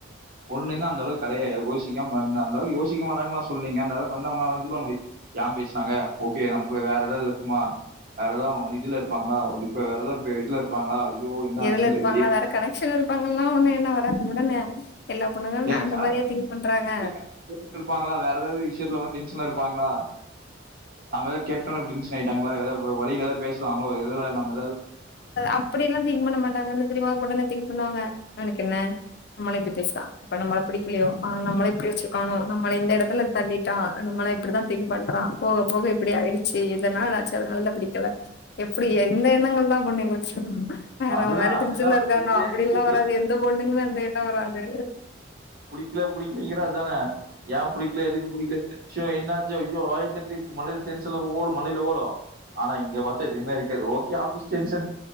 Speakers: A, on the right; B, on the left.
A: பொண்ணுங்க அந்த அளவுக் கடைய யோசிக்காம வந்த அந்தளவு யோசிக்க மாட்டாங்கான்னு நா சொல்லிங்க அந்த அளவுக் வந்துவங்க இது பண்ண முடியு ஏன் பேசுனாங்க ஓகே நமக்குள்ள வேற ஏதாவது இருக்குமா வேற ஏதாவதுவங்க வந்து இதுல இருப்பாங்களா ஒரு டிப்பு வேற ஏதாவது இதுல இருப்பாங்களா ஐயோ என்ன ஆச்சுன்னு
B: எதுல இருப்பாங்களா
A: தெரியலையே
B: வேற கனெக்ஷன்னிருப்பாங்கல்லா ஒண்ணு என்ன வேல உடனே எல்லா பொண்ணுங்களு
A: ஏலே <unintelligible>
B: அந்த மாரியா திங்க் பண்றாங்க
A: வேற ஏதாவது விஷயத்துல வந்து டென்ஷனா இருப்பாங்களா நாம்ப ஏதோ கேட்டொன்னு டென்ஷனாயிட் எங்களயதா வழியில எத பேசுவாங்களோ விடுடா நம்ப
B: அப்படியல்லா திங்க் பண்ண மாட்டாங்கன்ன தெரியுமா மொதல்ல திங்க் பண்ணுவாங்க உனக்குன்ன நம்மள இ லேசா நம்மள பிடிக்கலயோ ஆ நம்மள இப்டி வச்சிக்கனோ நம்மள இந்த இடத்துல தள்ளிட்டா நம்மள இப்படிதா ங் பண்றான் போக போக இப்படி ஆயடுச்சு இதனாலாச்சு அதனால பிடிக்கல எப்படி எ எண்ணங்கள்தா பண்ணி போச்சு வேற
A: அதுதான்
B: அவ வேற டென்சன்ல
A: அதுதான்
B: இருக்காருண்ணா
A: பிடிக்கல
B: அப்டில்லா
A: பிடிக்கல
B: வராது எந்த பொண்ணுக்குமே அந்த எண்ண வராது
A: வீட்ல புடிக்கிலங்க அதான ஏ புடிக்கல எதுக்கு புடிக்கல என்ன விஷ்யோ என்னாச்சோ ஐயோ ஆயிரத்தெட்டு மண்டைல டென்ஷன்ல ஓடு மண்டைல ஓடு ஆனா இங்க வந்தா எதுமே இருக்காது ஓகே ஆஃபீஸ் டென்ஷன்